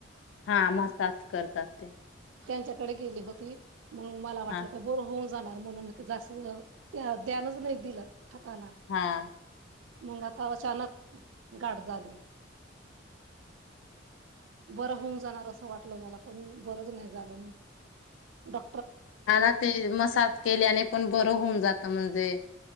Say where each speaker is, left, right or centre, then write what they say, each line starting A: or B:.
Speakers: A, on the left; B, on the right.
A: हा मसाज करतात ते,
B: त्यांच्याकडे गेली होती. मग मला वाटलं
A: हा
B: काय बोरं होऊन, जाणार म्हणून म जास्त ध्यानच नाही दिलं. हाताला.
A: हा.
B: मग आता अचानक गाठ झाली. बरं होऊन जाणार असं वाटलं मला पण बरच नाही, झालं मग डॉ
A: हला ते मसाज केल्याने पण बरं होऊन जात म्हणजे,